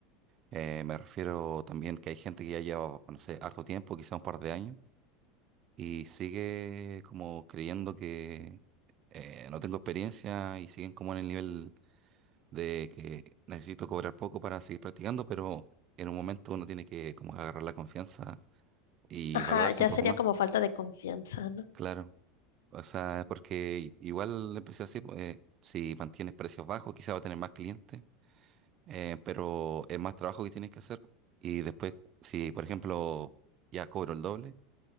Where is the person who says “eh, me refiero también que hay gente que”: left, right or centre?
Right